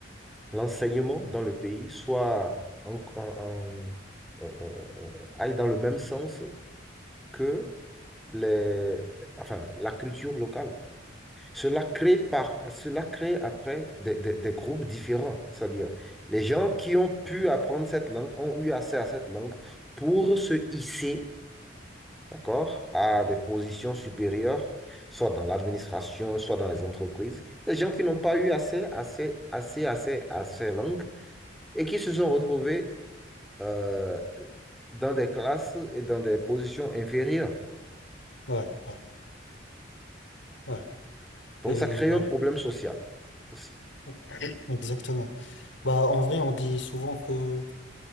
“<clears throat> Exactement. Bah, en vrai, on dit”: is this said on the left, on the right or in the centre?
Left